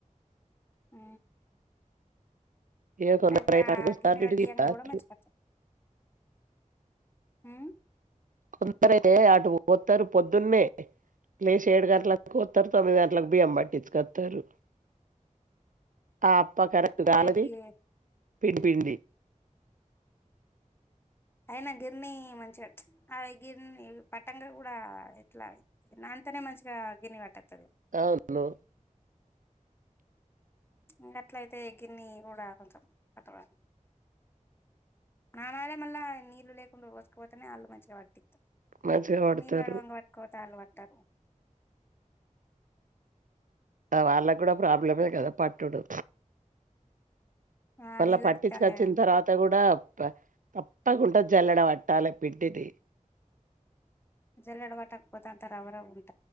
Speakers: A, on the left (about 15°); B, on the right (about 80°).
A: అ
B: ఏ కొందరైతే
A: అగ
B: అటు వస్తారు
A: అగ్ని
B: ఇటు
A: వటి
B: తిత్తారు
A: అంగా గుడ మంచిగా హ్మ్
B: కొందరే అటు పోస్తారు పొద్దున్నే లెషి ఏడు గంటలలకు పోస్తారు తొమ్మిది గంటలకు బియ్యం పట్టించుకోస్తారు అప్పా కరెక్ట్గాలది
A: ఏ గి
B: పిండిపిడి
A: అయినా గిర్నీ మంచిగా ఉచ్చ అ గిరిని పట్టక కూడా ఎట్లా నాతోనే మంచిగా గిరిన్నె పట్టదు
B: అవును
A: ఇంక అట్ల అయితే గిన్ని కూడా కొంచెం కట్టవాలి నానాలే మళ్ళా నీళ్ళు లేకుండు పోసుకపోతేనే వాళ్ళు మంచిగా పట్టి
B: మంచిగా పడతారు
A: మీలాడువాంగా వాట్కోవత అల్వాట్ త
B: వాళ్ళకి కుడా ప్రాబ్లమే కదా పట్టుడు
A: ఆ
B: మళ్ళ
A: నీళ్ళడతలే
B: పట్టిచ్కాచ్చినా తర్వాత కూడా మెత్తగ జల్లెడ వట్టాలి పిట్టిది
A: జల్లెడ పట్టకపోతే అంతా రవ్వ రవ్వ ఉ